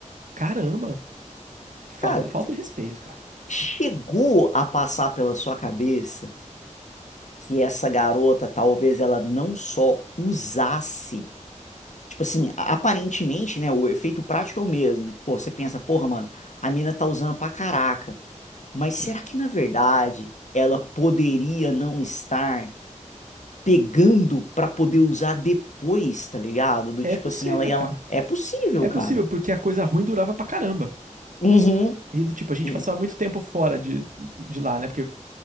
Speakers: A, on the right; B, on the left.
A: caramba, que falta,
B: Cara,
A: falta de respeito, cara.
B: chegou a passar pela sua cabeça que essa garota talvez ela não só usasse, tipo assim, aparentemente, né, o efeito prático é o mesmo. Pô, você pensa, porra, mano, a mina tá usando pra caraca. Mas será que na verdade ela poderia não estar pegando pra poder usar depois, tá ligado? Do
A: É
B: tipo
A: possível,
B: assim, ela ela
A: cara.
B: é possível,
A: É
B: cara.
A: possível, porque a coisa ruim durava pra caramba.
B: Uhum.
A: E do tipo, a gente
B: E-
A: passava muito tempo fora de, de lá, né? Porque